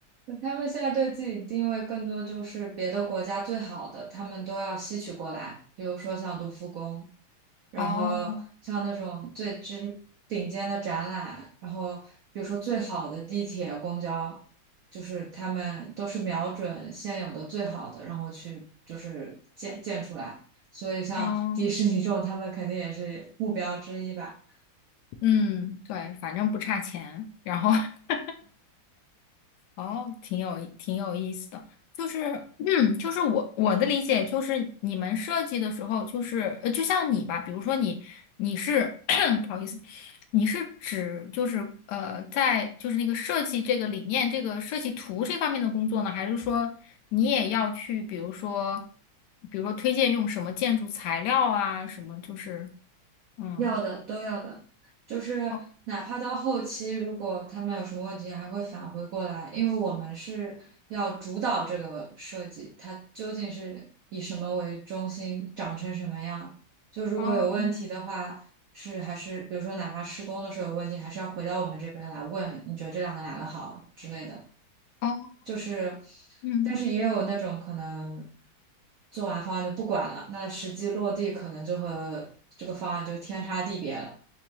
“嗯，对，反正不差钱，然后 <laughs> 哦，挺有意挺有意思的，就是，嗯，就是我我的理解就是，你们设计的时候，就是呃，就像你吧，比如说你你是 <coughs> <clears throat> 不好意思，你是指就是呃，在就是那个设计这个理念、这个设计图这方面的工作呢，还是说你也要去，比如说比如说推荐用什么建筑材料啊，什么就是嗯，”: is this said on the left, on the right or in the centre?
Left